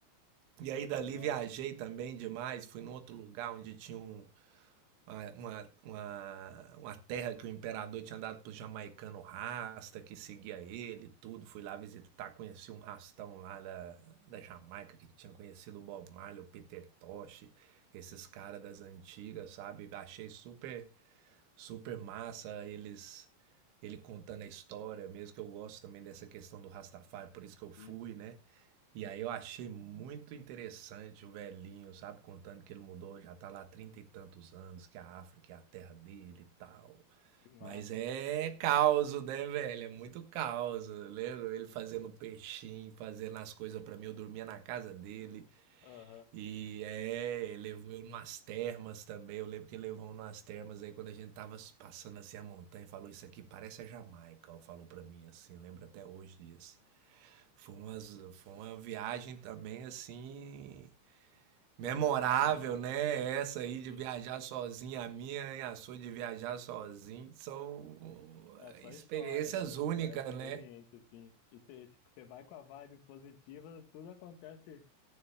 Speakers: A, on the right (about 75°); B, on the left (about 80°).
A: E aí dali
B: nossa,
A: viajei também demais, fui num outro lugar onde tinha um uma, uma, uma uma terra que o imperador tinha dado pro jamaicano rasta, que seguia ele, e tudo. Fui lá visitar, conheci um rastão lá da, da Jamaica, que tinha conhecido o Bob Marley, o Peter Tosh, esses caras das antigas, sabe? Achei super, super massa eles, ele contando a história, mesmo que eu gosto também dessa questão do Rastafari, por isso que eu fui,
B: sim,
A: né? E
B: sim,
A: aí eu achei muito interessante o velhinho, sabe, contando que ele mudou, já tá lá há trinta e tantos anos, que a África é a terra dele e tal.
B: que massa,
A: Mas é
B: hein?
A: caos, né, velho? É muito caos. Eu Lembro ele fazendo peixinho, fazendo as coisas pra mim, eu dormia na casa dele.
B: Aham.
A: E é, levou eu numas termas também. Eu lembro que levou numas termas aí quando a gente tava s- passando assim a montanha, falou isso aqui parece a Jamaica, ó, falou pra mim assim, lembro até hoje disso. Foi umas, foi uma viagem também assim memorável,
B: Pô, legal, né?
A: né? Essa aí de
B: Sim.
A: viajar sozinho, a minha e a sua de viajar sozinho são
B: É só
A: eh, experiências
B: história, da,
A: únicas,
B: pô, é experiência,
A: né?
B: assim. E você vai com a vibe positiva, tudo acontece